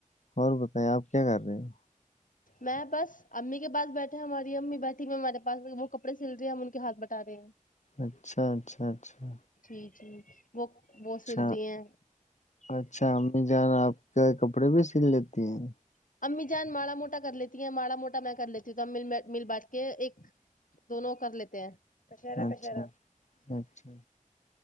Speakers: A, on the left; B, on the left.
A: اور بتاے آپ کیا کر رہے ہو
B: میں بس امی کے پاس بیٹھے ہماری امی بیٹھی میں ہمارے پاس وہ کپڑے سل رہے ہیں ہم ان کے ہاتھ بٹا رہے ہیں
A: اچھا اچھا اچھا
B: جی جی وہ وہ سل
A: اچھا
B: رہی ہیں
A: اچھا امی جان آپ کے کپڑے بھی <inaudible>
B: امی جان ماڑا موٹا کر لیتی ہیں ماڑا موٹا میں کر لیتی ہوں تو ا مل مل بیٹ کے ایک دونوں کر لیتے ہیں کشرا
A: اچھا
B: کشرا
A: اچھا اچھا